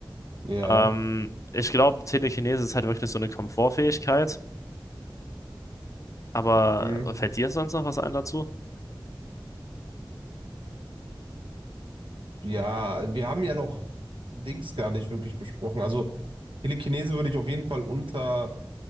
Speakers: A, on the right; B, on the left.
A: Ja.
B: Ähm, ich glaube, Telekinese ist halt wirklich so eine Komfortfähigkeit. Aber
A: hm.
B: fällt dir sonst noch was ein dazu?
A: Ja, wir haben ja noch Dings gar nicht wirklich besprochen. Also Telekinese würde ich auf jeden Fall unter